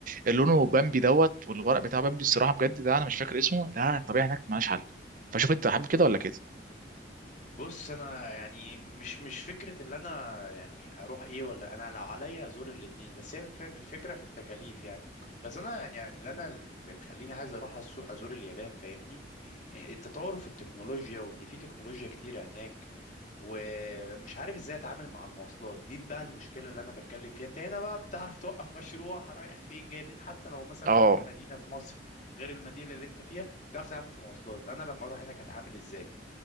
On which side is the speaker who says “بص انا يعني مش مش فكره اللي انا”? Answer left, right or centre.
Left